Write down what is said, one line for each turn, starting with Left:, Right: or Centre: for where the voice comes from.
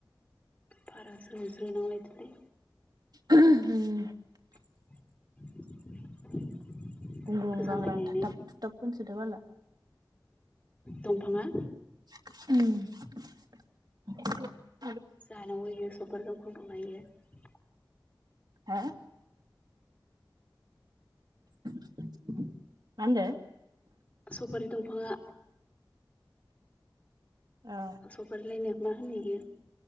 Left: बारा ज्रो ज्रो नांलायदोंलै
Right: <unintelligible>
Left: <inaudible>
Right: गुंग्रुं
Left: गोजांलायनायनो
Right: गांग्रां थाथाब थुथाब होनसोदों बाला
Left: दंफाङा
Right: उम
Left: जाहानाव ओइयो सफारि दंफां दंना ओइयो।
Right: हा? मा होनदो?
Left: सफारि दंफाङा
Right: अ
Left: सफारिलायनो मा होनो इयो